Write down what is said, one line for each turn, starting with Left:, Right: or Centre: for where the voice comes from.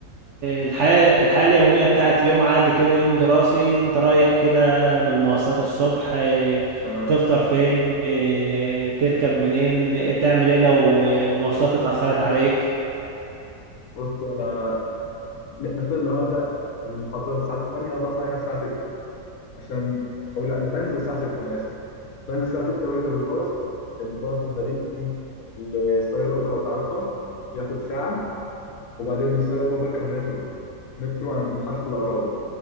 Right: الحياة الحياة اليومية بتاعت يوم عادي كده يوم دراسي انت رايح كده من المواصلات الصبح اه،
Left: تمام
Right: تفطر
Left: مم.
Right: فين اه، تركب منين اه، تعمل ايه لو المواصلات اتأخرت عليك
Left: بصوا انا نفترض لو هبدا المحاضرات الساعه 8 انا بصحى هنا الساعه 6 عشان او لا بنزل الساعه 6 انا اسف بنزل الساعه 6 بركب الباص الباص من مدينتي لسرايا القبه لو تعرفها بياخد ساعه وبعدين من سرايا القبه بركب مترو مترو عند محطه الاهرام